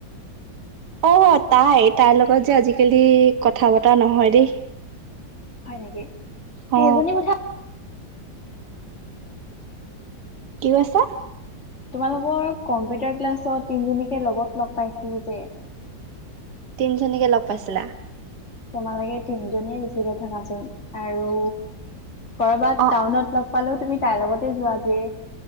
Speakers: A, on the right; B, on the left.
A: অ, তাই? তাইৰ লগত যে আজি-কালি কথা-বতৰা নহয় দেই।
B: হয় নেকি?
A: অ।
B: সেইজনী কথা
A: কি কৈছা?
B: তোমালোকৰ কম্পিউটাৰ ক্লাছত তিনজনীকে লগত লগ পাইছিলো যে।
A: কেনেকে লগ পাইছিলা?
B: তোমালোকে তিনজনীয়ে বেছিকে থাকাচোন আৰু কৰবাত
A: অ
B: টাউনত লগ পালেও তুমি তাইৰ লগতে যোৱা যে।